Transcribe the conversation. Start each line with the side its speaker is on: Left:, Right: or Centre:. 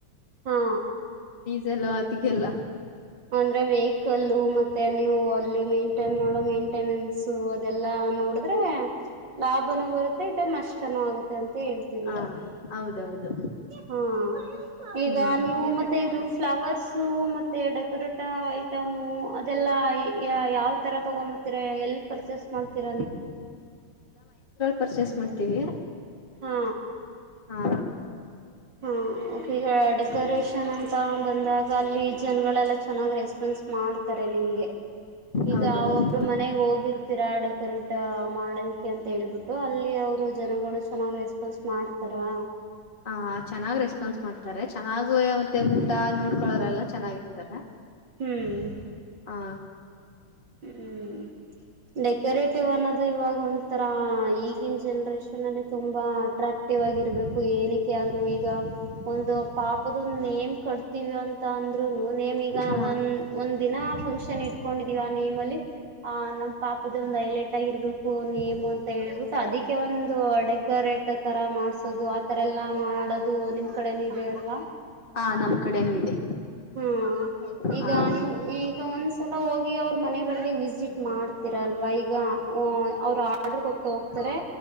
Right: ಹಾ
Left: ಜಲವಾತಿಗೆಲ್ಲ
Right: ಅಂದ್ರೆ ವೆಹಿಕಲ್ಲ ಮತ್ತೆ ನೀವು ಅಲ್ಲಿ ಮೇಂಟೇನ್ ಮಾಡೋ ಮೇಂಟೆನೆನ್ಸ್ ಹಸು ಅದೆಲ್ಲಾ ನೋಡಿದ್ರೆ ಲಾಭನು ಬರುತ್ತೆ ಇದಾಗ ನಷ್ಟ ಚೆನ್ನಾಗುತ್ತೆ ಅಂತ ಹೇಳ್ತಿದ್ರ
Left: ಹ ಹೌದೌದು
Right: ಹಾ ಈಗ
Left: ಹ್ಮ್
Right: ನೀವು ಮತ್ತೆ ಇದು ಫ್ಲವರ್ಸ್ ಮತ್ತೆ ಪ ಐಟಮ ಅದೆಲ್ಲಾ ಯಾವ್ ತರ ತಗೊಂಡಂಬತೀರ ಎಲ್ಲಿ ಪರ್ಚೇಸ್ ಮಾಡ್ತೀರ
Left: ಶೂ ಪರ್ಚೇಸ್ ಮಾಡ್ತೀವಿ
Right: ಹಾ
Left: ಹಾ
Right: ಹಾಗ ಡೆಕೋರೇಷನ್ ಅಂತ ಬಂದಾಗ ಅಲ್ಲಿ ಜನ್ಗಳೆಲ್ಲ ಚೆನ್ನಾಗ್ ರೆಸ್ಪಾನ್ಸ್ ಮಾಡ್ತಾರೆ ನಿಮಗೆ ಈಗ
Left: ಹೌದೌದು
Right: ಅವ ಒಬ್ರು ಮನೆಗ್ ಹೋಗಿರ್ತೀರಾ ಡೆಕೋರೇಟ್ ಮಾಡೋದಕ್ಕೆ ಅಂತ ಹೇಳ್ಬಿಟ್ಟು ಅಲ್ಲಿ ಇಲ್ಲಿ ಅವರು ಜನಗಳು ಚೆನ್ನಾಗಿ ರೆಸ್ಪಾನ್ಸ್ ಮಾಡ್ತಾರಾ.
Left: ಹ ಚೆನ್ನಾಗ್ ರೆಸ್ಪಾನ್ಸ್ ಮಾಡ್ತಾರೆ ಚೆನ್ನಾಗುವ ಮತ್ತೆ ಊಟ ನೋಡ್ಕೊಳೋರೆ ಎಲ್ಲ ಚೆನ್ನಾಗಿರ್ತಾರೆ.
Right: ಹ್ಮ್
Left: ಹಾ.
Right: ಹ್ಮ್ ಡೆಕೋರೇಟಿವ್ ಅನ್ನೋದು ಇವಾಗ ಒಂಥರಾ ಈಗ ಈಗಿನ ಜನ್ರೇಷನ್ ಅಲ್ಲಿ ತುಂಬಾ ಅಟ್ರಾಕ್ಟಿವ್ ಆಗಿರಬೇಕು ಏನಕ್ಕೆ ಆದ್ರೂ ಈಗ ಒಂದು ಪಾಪದೊ ನೇಮ್ ಕಟ್ತೀವಿ ಅಂತ ಅಂದ್ರು ನೇಮ್ ಈಗ
Left: ಹ
Right: ಒಂದ ಒಂದ ದಿನ ಫಂಕ್ಷನ್ ಇಟ್ ಕೊಂಡಿದಿವವಿ ಆ ನೇಮ್ ಅಲ್ಲಿ ಆ ನಮ್ಮ ಪಾಪದ ಒಂದು ಐಲರ್ಟ್ ಆಗಿರ್ಬೇಕು ಫನ್ಮು ಅಂತ ಹೇಳ್ಬಿಟ್ಟು ಅದಕ್ಕೆ ಒಂದು ಡೆಕೋರೇಟ್ ತರ ಮಾಡ್ಸೋದು ಆತರ ಎಲ್ಲಾ ಮಾಡಾಡೋದು ನಿಮ್ ಕಡೆನ ಇದೆ ಅಲ್ವಾ.
Left: ಹಾ ನಮ್ ಕಡೆೇನೂ ಇದೆ.
Right: ಹಾ ಈಗ
Left: ಹ
Right: ನೀವು ಈಗ ಒಂದ್ಸಲ ಹೋಗಿ ಅವ್ರ ಮನೆಗಳು ವಿಸಿಟ್ ಮಾಡ್ತೀರ ಅಲ್ವಾ ಈಗ ಅವ್ರು ಆರ್ಡರ್ ಕೊಟ್ಟು ಹೋಗ್ತಾರೆ.